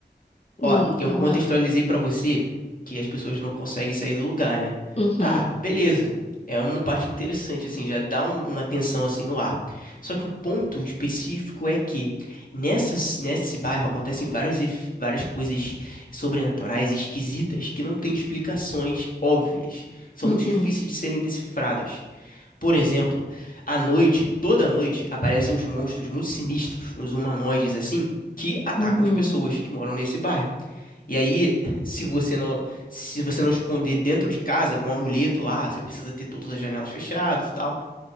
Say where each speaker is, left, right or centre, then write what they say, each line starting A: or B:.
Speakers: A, on the left; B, on the left.
A: Ó,
B: Hum, então
A: eu contextualizei
B: vai lá.
A: pra você que as pessoas não conseguem sair do lugar, né?
B: Uhum,
A: Tá, beleza. É uma parte interessante, assim, já dá um- uma tensão assim no ar. Só que o ponto específico é que nessas, nesse bairro acontecem vários, ef- várias coisas sobrenaturais, esquisitas, que não têm explicações óbvias. São
B: uhum,
A: muito difíceis de serem decifradas. Por exemplo, à noite, toda noite, aparecem uns monstros muito sinistros, uns humanoides assim, que atacam
B: uhum,
A: as pessoas que moram nesse bairro. E aí, se você não, se você não esconder dentro de casa com um amuleto lá, você precisa ter todas as janelas fechadas e tal.